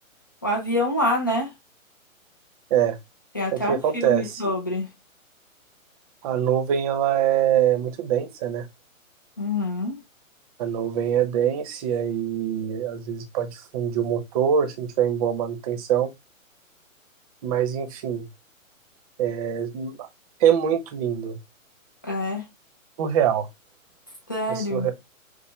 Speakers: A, on the left; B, on the right.
A: o avião lá, né?
B: É,
A: Tem até
B: é porque
A: um
B: acontece.
A: filme sobre.
B: A nuvem ela é muito densa, né?
A: Uhum.
B: A nuvem é densa e às vezes pode fundir o motor se não tiver em boa manutenção. Mas enfim, é, é muito lindo.
A: É,
B: Surreal.
A: sério,
B: É surreal.